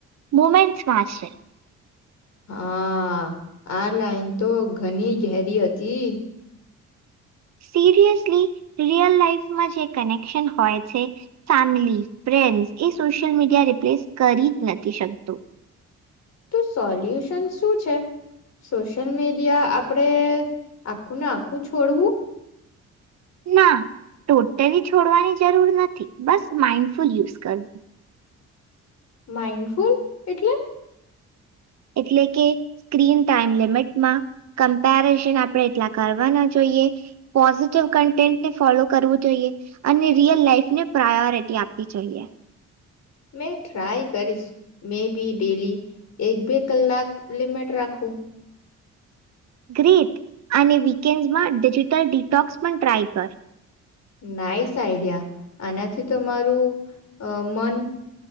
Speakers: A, on the right; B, on the left.
A: મુમેન્ટમાં છે
B: હા આ લાઈન તો ઘણી ઘેરી હતી
A: સિરિયસલી રિયલ લાાઈફમાં જે કનેક્શન હોય છે ફેમિલી ફ્રેન્ડ્સ એ સોશિયલ મીડિયા રિપ્લેસ કરી જ નથી શકતું
B: તો સોલ્યુશન શું છે સોશિયલ મીડિયા આપડે આખું ને આખું છોડવું
A: ના ટોટલી છોડવાની જરૂર નથી બસ માઈન્ડફુલ યુઝ કરવું
B: માઇન્ડફુલ એટલે
A: એટલે કે સ્ક્રીન ટાઈમ લિમિટમાં કમ્પેરિઝન આપણે એટલા કરવાના જોઈએ પોઝિટિવ કન્ટેન્ટને ફોલો કરવું જોઈએ અને રિયલ લાઈફને પ્રાયોરિટી આપવી જોઈએ
B: મે ટ્રાય કરીશ મે બી ડેલી એક બે કલાક લિમિટ રાખું
A: ગ્રેટ અને વીકેન્ડ્સમાં ડિજિટલ ડિટોક્સ પણ ટ્રાય કર
B: નાઈસ આઈડિયા આનાથી તમારું મન